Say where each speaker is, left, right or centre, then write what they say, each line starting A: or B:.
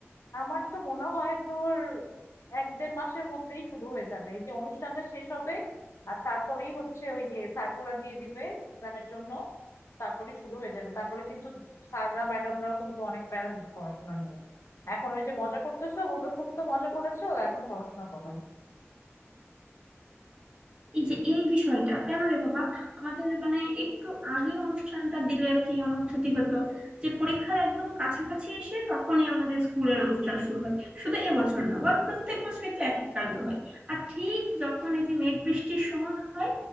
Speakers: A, on the left; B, on the right.
A: আমার তো মনে হয় তোর এক দেড় মাসের মধ্যেই শুরু হয়ে যাবে এই যে অনুষ্ঠানটা শেষ হবে আর তারপরেই হচ্ছে ওই যে সার্কুলার দিয়ে দিবে এক্সামের জন্য তারপরে শুরু হয়ে যাবে তারপরে কিন্তু স্যাররা ম্যাডামরাও কিন্তু অনেক প্যারা দিতে পড়াশোনা নিয়ে এখন ওই যে মজা করতেছো বলবে খুব তো মজা করেছো এখন পড়াশোনা করো
B: এই যে এই বিষয়টা কেন রে বাবা আমাদের মানে একটু আগে অনুষ্ঠানটা দিলে আর কি এমন ক্ষতি হতো যে পরীক্ষার একদম কাছাকাছি এসে তখনই আমাদের স্কুলের অনুষ্ঠান শুরু হয় শুধু এবছর না বল প্রত্যেক বছরই তো একই কাণ্ড হয় আর ঠিক যখন এই যে মেঘ বৃষ্টির সময় হয়